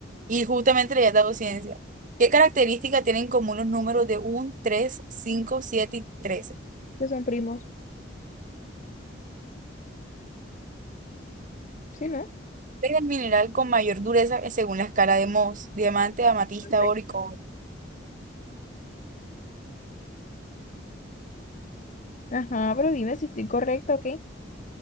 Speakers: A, on the right; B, on the left.
A: Y justamente le he dado ciencia. ¿Qué características tienen en común los números de uno, 3, 5, 7 y 13?
B: que son primos. Sí, ¿no?
A: Es el mineral con mayor dureza según la escala de Mohs, diamante, amatista,
B: Ok.
A: oro y cobre.
B: Ajá, pero dime si estoy correcta o